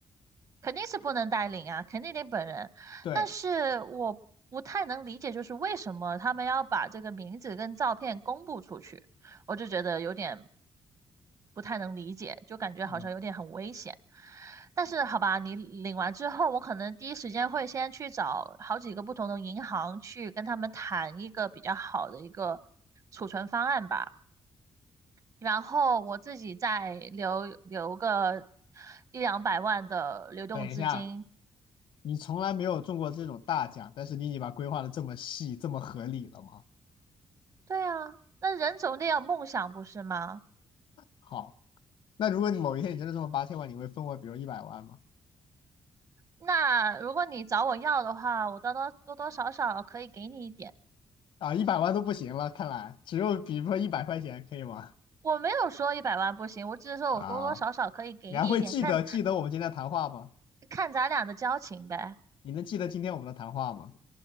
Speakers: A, on the right (about 40°); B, on the left (about 75°).
A: 肯定是不能代领啊，肯定得本人。
B: 对，
A: 但是我不太能理解，就是为什么他们要把这个名字跟照片公布出去，我就觉得有点不太能理解，就感觉好像有点很危险。
B: 嗯，
A: 但是好吧，你领完之后，我可能第一时间会先去找好几个不同的银行去跟他们谈一个比较好的一个储存方案吧，然后我自己再留留个一两百万的流动资金，
B: 等一下，你从来没有中过这种大奖，但是你已经把规划的这么细，这么合理了吗？
A: 对啊，那人总得有梦想，不是吗？
B: 好，那如果你某一天你真的中了八千万，你会分我比如一百万吗？
A: 那如果你找我要的话，我多多多多少少可以给你一点。
B: 啊，一百万都不行了，看来只有比如说一百块钱可以吗？
A: 我没有说一百万不行，我只是说我多多少少可以给你一点，
B: 啊，你还会记得记得我们今天的谈话吗？
A: 看看咱俩的交情呗。
B: 你能记得今天我们的谈话吗？